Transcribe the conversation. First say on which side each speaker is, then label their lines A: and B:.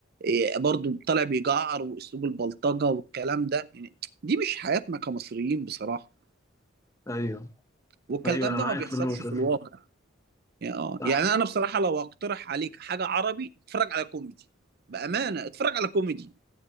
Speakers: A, on the right; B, on the left.
A: آه، برضه طالع بيجعر واسلوب البلطجه والكلام ده يعني دي مش حياتنا كمصريين بصراحة
B: ايوه
A: والكلام
B: ايوه انا
A: ده
B: معاك
A: ما بيحصلش
B: في النقطه
A: في
B: دي
A: الواقع يعني اه
B: صح
A: يعني انا بصراحة لو اقترح عليك حاجة عربي اتفرج على كوميدي بأمانة اتفرج على كوميدي